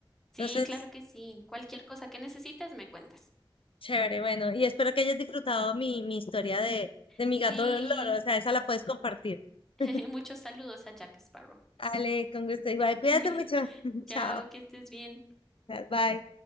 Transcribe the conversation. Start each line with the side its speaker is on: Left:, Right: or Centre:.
Centre: sí,
Left: Entonces,
Centre: claro que sí. Cualquier cosa que necesites, me cuentas.
Left: Chévere, bueno, y espero que hayas disfrutado mi, mi historia de, de mi
Centre: Sí,
Left: gato loro, o sea, esa la puedes compartir.
Centre: <laughs>
Left: <laughs>
Centre: muchos saludos a Jack Sparrow.
Left: Ale, con gusto igual. Cuídate
Centre: <laughs>
Left: mucho. <laughs> Chao.
Centre: Chao, que estés bien.
Left: Bye.